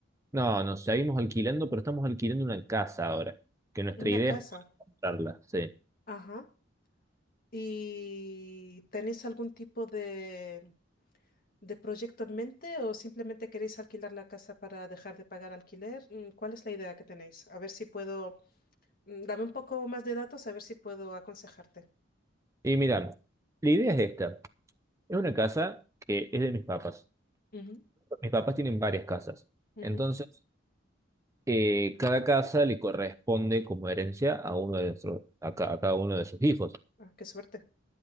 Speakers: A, on the right; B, on the left.
A: No, nos seguimos alquilando, pero estamos alquilando una casa ahora, que nuestra
B: Una
A: idea
B: casa.
A: es comprarla, sí.
B: Ajá. ¿Y tenéis algún tipo de, de proyecto en mente o simplemente queréis alquilar la casa para dejar de pagar alquiler? Mm, ¿Cuál es la idea que tenéis? A ver si puedo, mm, dame un poco más de datos, a ver si puedo aconsejarte.
A: Y mira, la idea es esta. Es una casa que es de mis papás.
B: Ujú,
A: Mis papás tienen varias casas.
B: ujú.
A: Entonces, eh, cada casa le corresponde como herencia a uno de nuestros, a, ca- a cada uno de sus hijos.
B: Ah, qué suerte.